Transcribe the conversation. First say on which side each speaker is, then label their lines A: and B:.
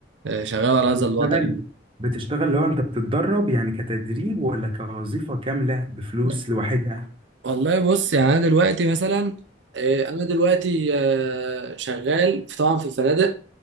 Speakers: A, on the right (about 85°); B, on the right (about 30°).
A: آه، شغال على
B: بتشتغل
A: هذا الوضع يعني
B: بتشتغل لو انت بتتدرب يعني كتدريب ولا كوظيفة كاملة بفلوس
A: لا،
B: لوحدها
A: والله بص يعني أنا دلوقتي مثلا آه، أنا دلوقتي آه، شغال في- طبعا في الفنادق